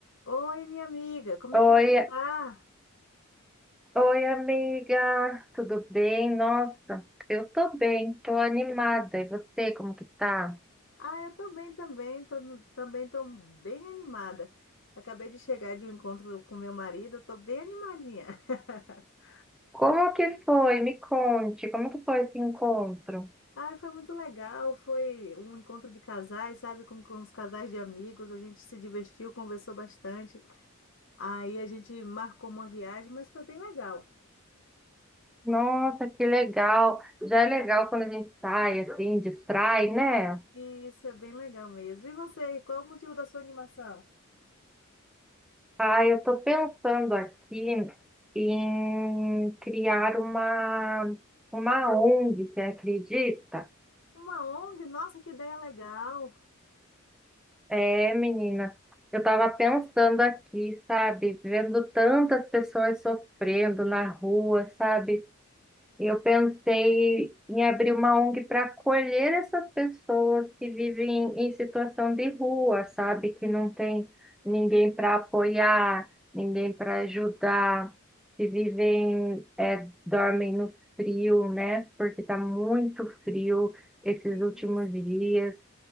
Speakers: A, on the left; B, in the centre.
A: Oi, minha amiga, como é
B: Oi,
A: que você tá?
B: oi, amiga, tudo bem? Nossa, eu tô bem, tô animada. E você, como que tá?
A: Ah, eu tô bem também, tô, também tô bem animada. Acabei de chegar de um encontro com meu marido, tô bem animadinha. <laughs>
B: Como que foi? Me conte, como que foi esse encontro?
A: Ah, foi muito legal, foi um encontro de casais, sabe, com, com os casais de amigos, a gente se divertiu, conversou bastante. Aí a gente marcou uma viagem, mas foi bem legal.
B: Nossa, que legal. Já é legal quando a gente sai, assim, distrai, né?
A: Isso é bem legal mesmo. E você, qual é o motivo da sua animação?
B: Ah, eu tô pensando aqui em criar uma, uma ONG, você acredita?
A: Uma ONG? Nossa, que ideia legal!
B: É, menina, eu tava pensando aqui, sabe, vendo tantas pessoas sofrendo na rua, sabe? E Eu pensei em abrir uma ONG para acolher essas pessoas que vivem em situação de rua, sabe? Que não tem ninguém para apoiar, ninguém para ajudar, que vivem, é, dormem no frio, né? Porque tá muito frio esses
A: Isso,
B: últimos dias.